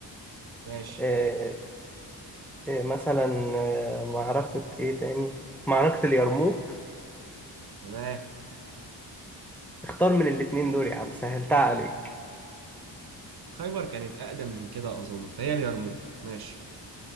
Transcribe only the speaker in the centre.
آه، آه، مثلا آه، معركة إيه تاني؟ معركة اليرموك
اختار من الاتنين دول يا عم سهلتها عليك